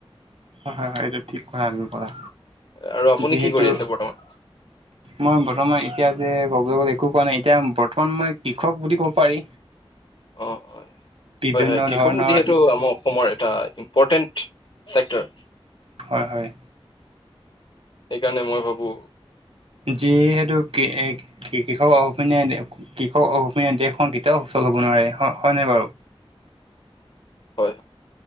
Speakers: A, on the right; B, on the left.
A: হয় হয় হয় এইটো ঠিক কথা তুমি কলা
B: আৰু আপুনি
A: যিহেতু-
B: কি কৰি আছে বৰ্তমান
A: মই বৰ্তমান এতিয়া যে ক'বলৈ গ'লে- একো কোৱা নাই এতিয়া বৰ্তমান মই কৃষক বুলি ক'ব পাৰি।
B: অ অ
A: বিভিন্ন
B: হয় হয় কৃষকো
A: ধৰণৰ
B: যিহেতু আমাৰ অসমৰে এটা ইম্পৰ্টেণ্ট চেপ্তাৰ।
A: হয়-হয়।
B: সেইকাৰণে মই ভাবো
A: যিহেতু কৃষক অপিনা কৃষক অপিনা দেশখন কেতিয়াও সুচল হ'ব হয় হয় নাই বাৰু
B: হয়